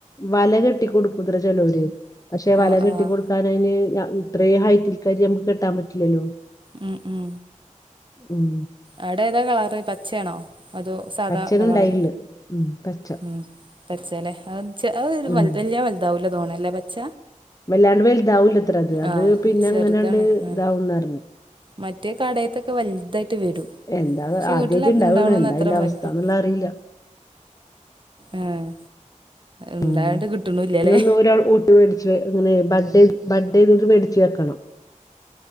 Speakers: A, on the left (about 25°); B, on the right (about 40°).
A: വല കെട്ടിക്കൊടുക്കൂത്ര ചലോര് പക്ഷെ വല
B: ആഹ്
A: കെട്ടി
B: ആഹ്
A: കൊട് കാനയിന് ഇത്രേ ഹൈറ്റിൽ കേറി നമക്ക് കെട്ടാൻ പറ്റില്ലല്ലോ
B: ഉം ഉം
A: ഉം
B: ആടെതാ കളറ് പച്ചേയാണോ അതോ സാധാ
A: പച്ചേന്
B: കളറാ
A: ഇണ്ടായില്ല ഉം പച്ച
B: ഉം പച്ചല്ലേ അത് ച്ച അഒരു
A: ഉം
B: വല്യ വലുതാവൂല്ലോ തോണ അല്ലേ പച്ച
A: വല്ലാണ്ട് വലുതാവില്ലത്ര അത് അത്
B: ആഹ്
A: പിന്നെ
B: ചെറുതാണ്
A: അങ്ങനാണ്ട്
B: ഉം
A: ഇതാവുംന്ന് അറിഞ്ഞ്
B: മറ്റേ കടേത്തൊക്കെ വൽതായിട്ട് വരും
A: എന്താ
B: പക്ഷെ
A: ആദ്യായിട്ട്ണ്ടാവാണ്
B: വീട്ടിൽ ഉണ്ടാവണന്ന്
A: എന്താ
B: അത്ര
A: അയ്ന്റെ അവസ്ഥാന്നുള്ള
B: വലിപ്പം
A: അറിയില്ല
B: ആഹ് ഉണ്ടായോണ്ട്
A: ഉം
B: കിട്ടണില്ലല്ലേ
A: ഇനി ഒന്ന് ഒരാൾ ഊട്ട് മേടിച്ച് അങ്ങനെ ബഡേ ബഡേയിതത് മേടിച്ച് വെക്കണം